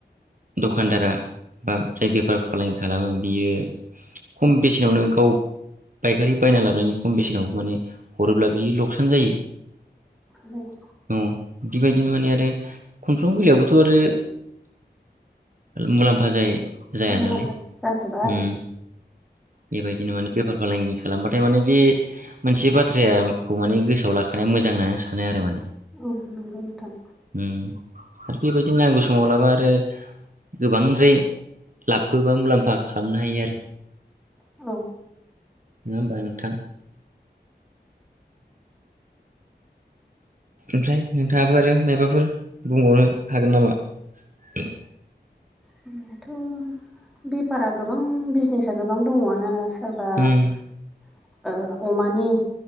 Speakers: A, on the right; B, in the centre.
A: दखानदारा बा जाय बेफार फालांगि खालामो बियो खम बेसेनावनो गाव पायखारि बायना लाबनायनि खम बेसेनावबो माने हरोब्ला बियो लकसान जायो
B: जायो
A: औ बिबायदिनो माने आरो खनफ्रोमबो बेलायावबोथ' आरो मुलाम्फा जाय जाया
B: मुलाम्फा
A: नालाय
B: जाजोबा आरो
A: उम बेबायदिनो माने बेफार फालांगि खालामबाथाय माने बे मोनसे बाथ्रायाखौ माने गोसोआव लाखानाया मोजां होननानै सानो आरो माने
B: औ नंगौ नोंथां।
A: उम आरो बेबायदिनो नांगौ समाव लाबा आरो गोबांद्राय लाबबो बा मुलाम्फा खालामनो हायो आरो
B: औ।
A: नङा होमबा नोंथां? ओमफ्राय नोंथाङाबो आरो मायबाफोर? बुंबावनो हागोन नामा? <inaudible>
B: होनबाथ बेफारा गोबां बिजनेसा गोबां दङआनो सोरबा
A: उम
B: ओ अमानि